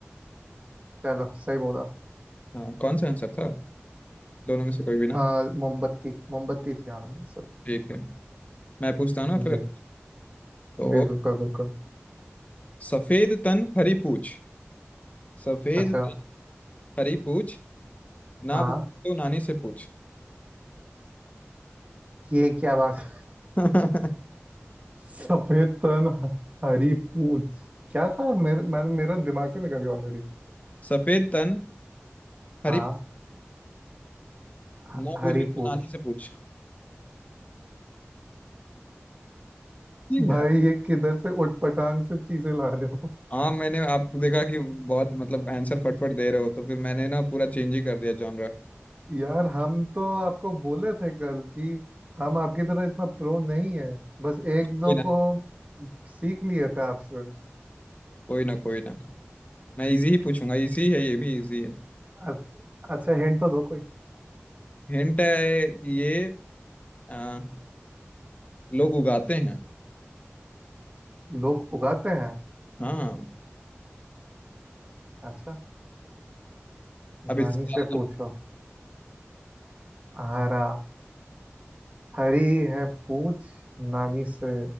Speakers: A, on the right; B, on the left.
A: चलो सही बोला
B: हाँ कौन सा आंसर था दोनों में से कोई भी ना
A: अ, मोमबत्ती मोमबत्ती थी आंसर
B: ठीक है मैं पूछता हूँ ना
A: जी
B: फिर तो
A: बिल्कुल बिल्कुल
B: सफेद तन हरी पूछ सफेद
A: अच्छा
B: तन हरी पूछ ना
A: हाँ
B: बोल तो नानी से पूछ
A: ये क्या बात
B: <laughs> अरे
A: सफेद तन हरी पूछ क्या था मेरे मैं मेरा दिमाग से निकल गया ऑलरेडी
B: सफेद तन हरी
A: हाँ ह-
B: ना
A: हरी
B: बूझी
A: पूछ
B: रानी से पूछ ठीक
A: भाई
B: है
A: ये किधर से उठपटांग से चीजें ला रहे हो
B: हाँ मैंने आपको देखा कि बहुत मतलब आंसर फटफट दे रहे हो तो फिर मैंने ना पूरा चेंज ही कर दिया जॉनरा
A: यार हम तो आपको बोले थे कल कि हम आपकी तरह इतना प्रो नहीं है बस एक दो
B: कोई ना
A: को सीख लिए थे आपसे
B: कोई ना कोई ना मैं इजी ही पूछूंगा इजी है ये भी इजी है
A: अ- अच्छा हिंट तो दो कोई
B: हिंट है ये आ, लोग उगाते हैं
A: लोग उगाते हैं
B: हाँ
A: अच्छा
B: अब
A: नानी
B: इसका
A: से
B: मतलब
A: पूछो हरा हरी है पूछ नानी से